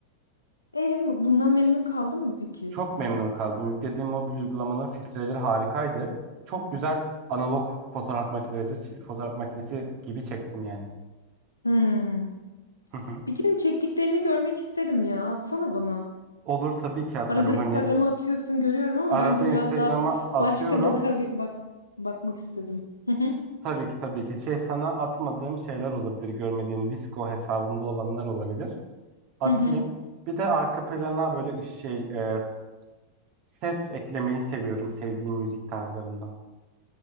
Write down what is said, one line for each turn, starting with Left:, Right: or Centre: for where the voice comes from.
Left: E, bundan memnun kaldın mı peki?
Right: Çok memnun kaldım. Yüklediğim mobil uygulamanın filtreleri harikaydı. Çok güzel analog fotoğraf makineleri, fotoğraf makinesi gibi çektim yani.
Left: Hmm.
Right: Hı hı.
Left: Bir gün çektiklerini görmek isterim ya. Atsana bana.
Right: Olur tabii ki atarım.
Left: Arada
Right: Hani
Left: Instagram'a atıyorsun görüyorum ama
Right: arada
Left: bence
Right: Instagram'a
Left: biraz daha ba-
Right: atıyorum.
Left: başka baka bak bakmak istedim. Hı hı.
Right: Tabii ki tabii ki. Şey sana atmadığım şeyler olabilir. Görmediğin Visco hesabımda olanlar olabilir. Atayım.
Left: Hı hı.
Right: Bir de arka plana böyle ış- şey e, ses eklemeyi seviyorum sevdiğim müzik tarzlarından.